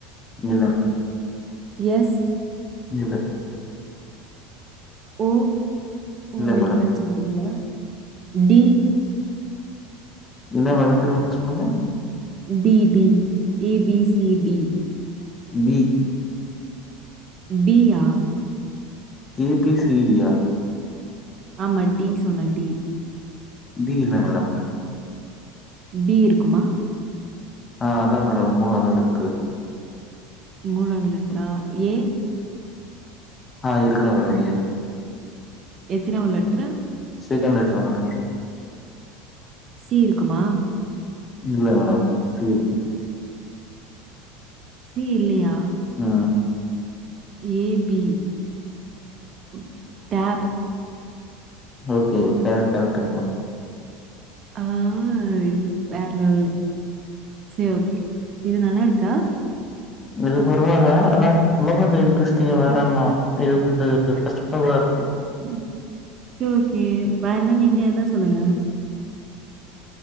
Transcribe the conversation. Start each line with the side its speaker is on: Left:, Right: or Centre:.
Left: மேடோ இல்ல
Right: எஸ்
Left: இல்ல
Right: ஓ, ஓ
Left: மேடம்
Right: இல்லன்னு சொல்டீங்கள டி
Left: என்ன வேர்டு திரும்ப சொல்லுங்க
Right: D D A B C D
Left: B
Right: B யா
Left: ஏ பி சி டியா
Right: ஆமா டி சொன்ன டி
Left: டி இல்ல மேடம்
Right: பி இருக்குமா
Left: ஆ அதா மேடம் மூணாவ்து லெட்ரு
Right: மூணாவ்து லெட்ரா ஏ
Left: ஆ இருக்கு மேடம் ஏ
Right: எத்தினாவ் letter
Left: second letter madam
Right: C இருக்குமா
Left: இல்ல மேடம் சி இருக்கு
Right: சி இல்லையா
Left: ம்
Right: A B okay top
Left: okay madam correct கரெக்டுங்க மேட
Right: ஆய் வேற லெவல்லு செரி ஓகே இது நல்லா இருக்கா
Left: இது பரவால்ல அதா உலகத்து இன்ட்ரெஸ்டிங் வேறென்னா
Right: ம்,
Left: இது கொஞ்ச கஷ்டமதா இருக்கு
Right: ம் செரி ஓகே வேறனா நீங்க என்ன சொல்லுங்க